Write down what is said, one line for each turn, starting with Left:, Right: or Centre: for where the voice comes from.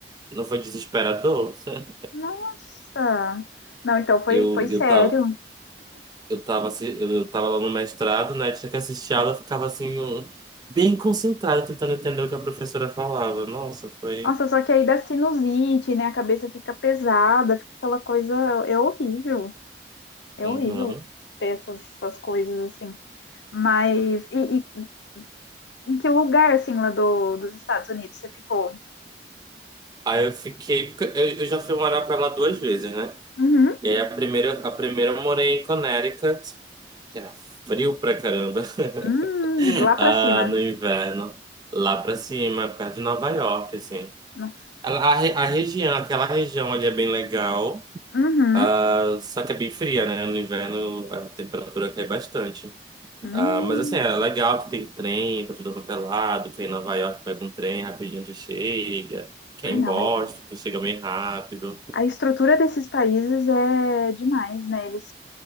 Right: Não foi desesperador? <laughs>
Left: Nossa. Não, então foi
Right: Eu,
Left: foi sério.
Right: eu tava eu tava, assi- eu tava lá no mestrado, né? Tinha que assistir aula, eu ficava assim, eu- bem concentrado, tentando entender o que a professora falava. Nossa, foi.
Left: Nossa, só que aí dá sinusite, né? A cabeça fica pesada, fica aquela coisa, é horrível. É
Right: Uhum.
Left: horrível ter essas, essas coisas assim. Mas e, e em que lugar assim lá do, dos Estados Unidos você ficou?
Right: Aí eu fiquei. porque Eu, eu já fui morar pra lá duas vezes, né?
Left: Uhum.
Right: E aí a primeira, a primeira eu morei em Connecticut, que era frio pra caramba, <laughs>
Left: Hum, lá pra
Right: ah,
Left: cima.
Right: no inverno, lá pra cima, perto de Nova York, assim.
Left: Nossa.
Right: A, a, re- a região, aquela região ali é bem legal.
Left: Uhum.
Right: Ah, só que é bem fria, né? No inverno a temperatura cai bastante.
Left: Hum.
Right: Ah, mas assim, é legal que tem trem pra tudo quanto é lado. Quem em Nova York pega um trem rapidinho já chega. Quem
Left: Ah,
Right: em
Left: não.
Right: Boston
Left: aí-
Right: tu chega bem rápido.
Left: A estrutura desses países é demais, né? Eles